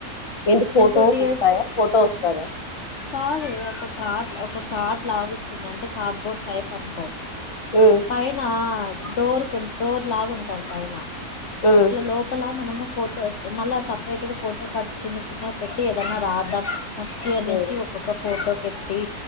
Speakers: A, on the left; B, on the left.
A: ఏంటి ఫోటోస్
B: నీకు డిఎస్
A: వస్తాయా ఫోటో వస్తదా
B: కాదే ఒక కార్డ్ ఒక కార్డ్ లాగా వస్తుంది అంటే కార్డ్బోర్డ్ టైప్ అనుకో
A: ఉమ్
B: పైన డోర్ కు డోర్ లాగా ఉంటది పైన
A: ఉమ్
B: ఇట్ల లోపల మనము ఫోటో మళ్ళా సపరేట్ గా ఫోటో కట్చ చిన్న పెట్టి ఏదైనా రాద్దాం ఫస్ట్ ఇయర్ నుంచి
A: ఉమ్
B: ఒక్కొక్క ఫోటో పెట్టి